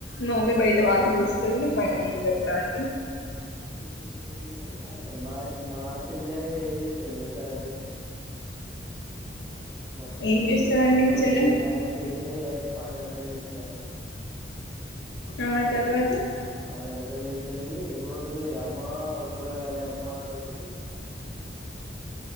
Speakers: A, on the left (about 70°); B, on the right (about 20°).
A: మా మమ్మీ బయట వాకిలి ఊడుస్తది పైన నీళ్ళు పెడతా అండి
B: <unintelligible> మా చెల్లె ఏం చేస్తది తెలుసా అండి మా మా
A: ఏం
B: చె
A: చేస్తదండి మీ
B: మా
A: చెల్లె
B: చెల్లే డైరెక్ట్ లే డైరెక్ట్ పన్నెండు గంట్లకు లేత్తదండి
A: ఆ తరువాత
B: పన్నెండు గంట్లకు లేత్తది ఒర్రుతది అమ్మా కూరగాయలే అమ్మ అని ఒర్రుతది